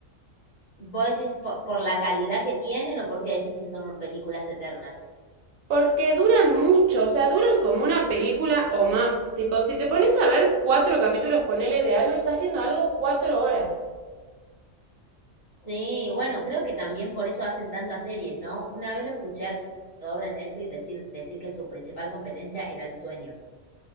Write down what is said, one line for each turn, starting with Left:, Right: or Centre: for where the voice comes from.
Left: ¿Vos decís po- por la calidad que tienen o porque decís que son películas eternas?
Right: Porque duran mucho, o sea, duran como una película o más. Tipo, si te pones a ver cuatro capítulos, ponele de algo, estás viendo algo cuatro horas.
Left: Sí, bueno, creo que también por eso hacen tantas series, ¿no? Una vez lo escuché al creador de Netflix decir, decir que su principal competencia era el sueño.